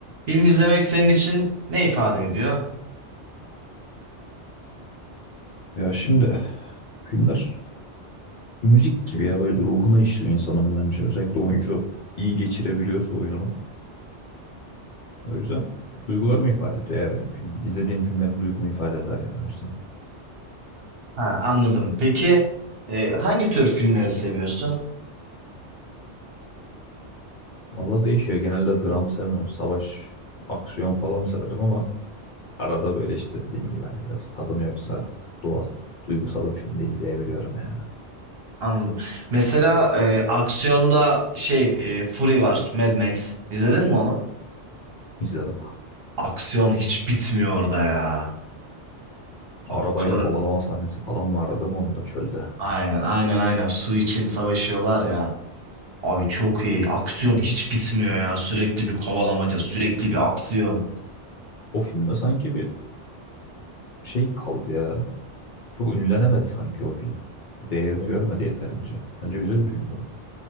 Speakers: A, on the right (about 60°); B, on the left (about 55°).
A: Film izlemek senin için ne ifade ediyor?
B: Ya şimdi filmler müzik gibi ya böyle ruhuna işliyor insanın bence. Özellikle oyuncu iyi geçirebiliyorsa oyununu. O yüzden duygularımı ifade ediyor ya benim filmim İzlediğim film benim duygumu ifade eder yani o yüzden.
A: Ha, anladım. Peki e, hangi tür filmleri seviyorsun?
B: Valla değişiyor. Genelde dram sevmem. Savaş, aksiyon falan severim ama arada böyle işte dediğim gibi hani biraz tadım yoksa doğa duygusal bir filmde izleyebiliyorum yani.
A: Anladım. Mesela e, aksiyonda şey e, Fury var, Mad Max. İzledin mi onu?
B: İzledim.
A: Aksiyon hiç bitmiyor orada ya. Abi
B: Arabayla
A: o kadar
B: kovalama sahnesi falan vardı değil mi onun da çölde.
A: aynen aynen aynen su için savaşıyorlar ya. Abi çok iyi. Aksiyon hiç bitmiyor ya. Sürekli bir kovalamaca, sürekli bir aksiyon.
B: O filmde sanki bir şey kaldı ya. Çok ünlenemedi sanki o film. Değerini görmedi yeterince. Bence güzel bir filmdi o.